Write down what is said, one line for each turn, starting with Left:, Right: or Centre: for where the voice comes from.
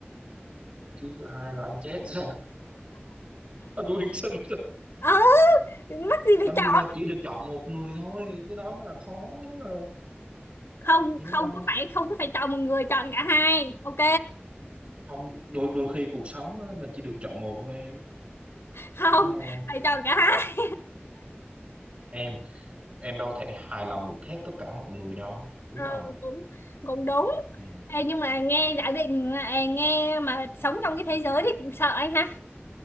Right: cứ thứ hai là anh chết <laughs> anh quyên sinh ra.
Left: Ừ, mắc gì phải
Right: trong
Left: chọn.
Right: trường hợp chỉ được chọn một người thôi cái đó mới là khó rồi
Left: Không
Right: hiểu
Left: không
Right: không
Left: có phải không có phải chọn một người chọn cả hai. Ok.
Right: không đôi đôi khi cuộc sống á, mình chỉ được chọn một thôi
Left: Không,
Right: đúng không
Left: phải chọn cả hai.
Right: em em đâu thể hài lòng được hết tất cả mọi người đâu đúng
Left: Ờ,
Right: không
Left: cũng cũng đúng.
Right: ừ.
Left: Ê, nhưng mà nghe giả định là- ê, nghe mà sống trong cái thế giới thì cũng sợ anh ha.